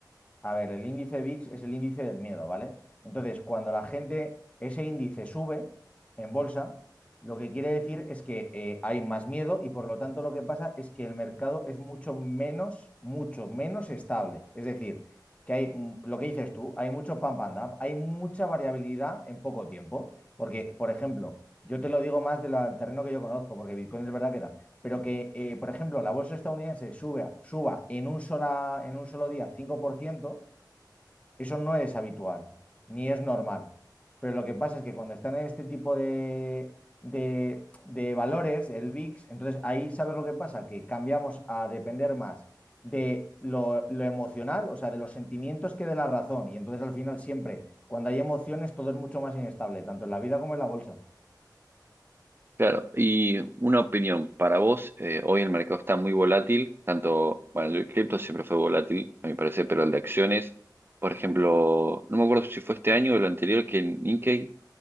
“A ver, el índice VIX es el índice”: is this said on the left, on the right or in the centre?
Left